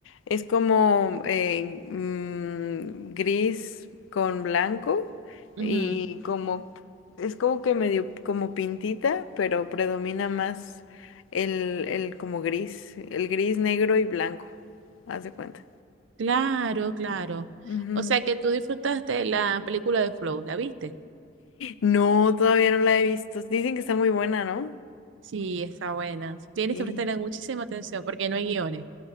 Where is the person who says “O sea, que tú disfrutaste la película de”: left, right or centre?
Right